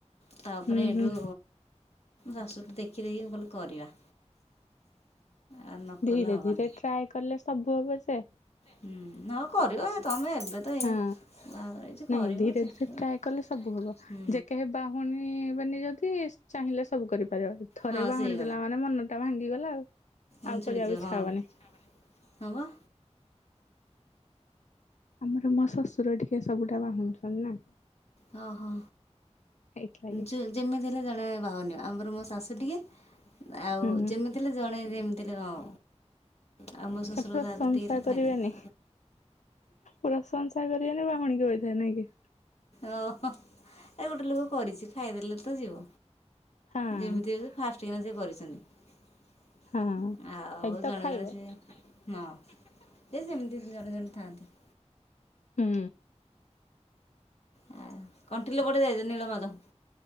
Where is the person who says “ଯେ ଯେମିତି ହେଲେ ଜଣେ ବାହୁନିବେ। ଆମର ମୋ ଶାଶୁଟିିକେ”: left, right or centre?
Left